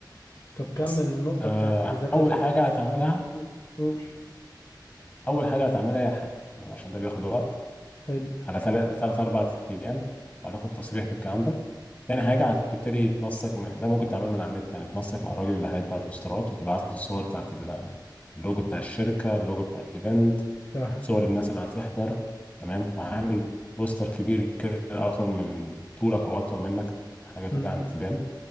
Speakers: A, on the left; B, on the left.
A: طب
B: بس
A: كمل النقطة
B: آه
A: بتاعت تجهيزات
B: اول
A: الفلوس
B: حاجه هتعملها
A: مم. قول
B: اول حاجه هتعملها هي الحقيقه تمام عشان ده بياخد وقت
A: حلو
B: على ثلاث أربع أيام وهتاخد تصريح بالكلام ده تاني حاجة هتبتدي تنسق مع ده ممكن تعمله من على النت يعني تنسق مع الراجل اللي هيطبع البوسترات وتبعت له الصور بتاعت ال- اللوجو بتاع الشركة اللوجو بتاع الإيفنت
A: سهلة
B: صور الناس اللي هتحضر تمام وهعمل بوستر كبير كده أطول من طولك أو أطول منك حاجة كده
A: مم.
B: يعني تبان